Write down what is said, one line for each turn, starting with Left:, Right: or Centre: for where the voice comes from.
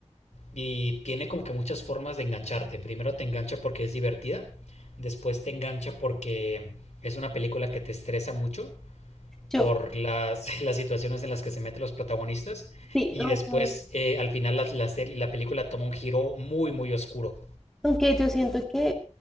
Left: Y tiene como que muchas formas de engancharte. Primero te engancha porque es divertida. Después te engancha porque es una película que te estresa mucho
Centre: Yo,
Left: por las, <laughs> las situaciones en las que se meten los protagonistas
Centre: sí,
Left: y
Centre: ok.
Left: después eh, al final la, la, ser- la película toma un giro muy muy oscuro.
Centre: Aunque yo siento que